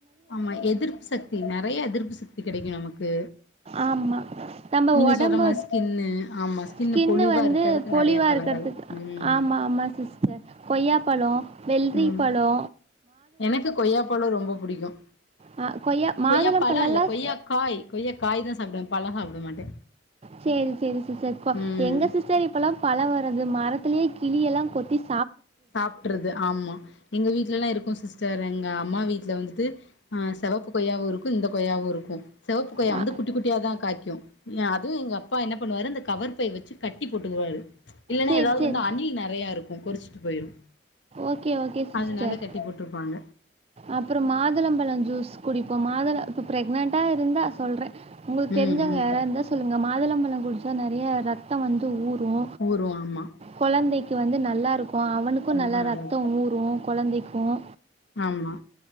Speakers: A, on the left (about 75°); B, on the right (about 30°).
A: ஆமா எதிர்ப்பு சக்தி நிறைய எதிர்ப்பு சக்தி கிடைக்கும் நமக்கு
B: ஆமா நம்ப
A: நீங்க
B: உடம்பு
A: சொல்ற மாரி ஸ்கின்னு ஆமா
B: ஸ்கின்னு
A: பொலிவா
B: வந்து
A: இருக்கறதுக்கு
B: பொலிவா
A: நெறைய பழங்கள்
B: இருக்கிறதுக்கு
A: ம்
B: ஆமா ஆமா சிஸ்டர் கொய்யாப் பழோ வெள்ளரி
A: ம்
B: பழோ
A: எனக்கு கொய்யாப் பழோ ரொம்ப புடிக்கும்
B: ஆ மாதுளம்பழம்லாம்
A: கொய்யா பழ இல்ல கொய்யா காய் கொய்யா காய் தான் சாப்பிட பழ சாப்பிட மாட்டே
B: சேரி சேரி சிஸ்டர்
A: ம்
B: எங்க சிஸ்டர் இப்பல்லாம் பழம் வருரது மரத்திலேயே கிளி எல்லாம் கொத்திஸ்
A: சாப்டறது ஆமா எங்க வீட்டு்ல எல்லாம் இருக்கு சிஸ்டர் எங்க அம்மா வீட்டுல வந்துட்டு ஆஹ் செவப்பு கொய்யாவும் இருக்கும் இந்த கொய்யாவும் இருக்கும் சிவப்பு கொய்யா
B: ஆ
A: வந்து குட்டி குட்டியா தான் காய்கும். அதுவும் எங்க அப்பா என்ன பண்ணுவாரு இந்த கவர் பை வச்சு கட்டி போட்டுக்குவாரு இல்லன்னா
B: சரி
A: ஏதாவது
B: சரி
A: வந்து அணில் நிறைய இருக்கும் கொறிச்சிட்டு போயிரும்
B: ஓகே ஓகே சிஸ்டர்
A: அதனால கட்டி போட்டுருப்பாங்க
B: அப்புறம் மாதுளம்பழம் ஜூஸ் குடிப்போம் மாதுள இப்போ ப்ரெக்னன்ட்டாக இருந்தால் சொல்றேன் உங்களுக்கு
A: ம்
B: தெரிஞ்சவங்க
A: ம்
B: யாராவ இருந்தா சொல்லுங்க மாதுளம்பழம் குடிச்சா நிறைய ரத்தம் வந்து ஊர் ரு
A: ஊரு ஆமா
B: கொழந்தை வந்து நல்லா இருக்கும் அவனுக்கும்
A: ரொம்ப
B: நல்ல
A: நல்லது
B: ரத்தம் ஊரும். குழந்தைக்கும்.
A: ஆமா.